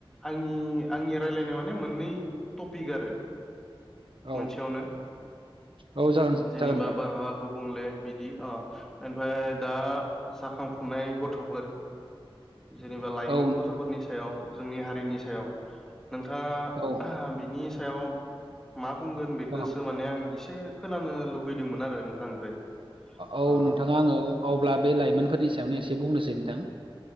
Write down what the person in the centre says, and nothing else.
आंनि आंनि रायलायनाय माने मोननै टपिक आरो
मोनसेयावनो
जेनेबा
बारहावा गुबुंले बिदि ओ आमफ्राय दा जाखांफुंनाय गथ'फोर जेनेबा लाइमोन
गथ'फोरनि सायाव जोंनि हारिनि सायाव नोंथाङा
<unintelligible> बिनि सायाव मा बुंगोन बेखौसो
माने आं इसे खोनानो लुगैदोंमोन आरो नोंथांनिफ्राय
अ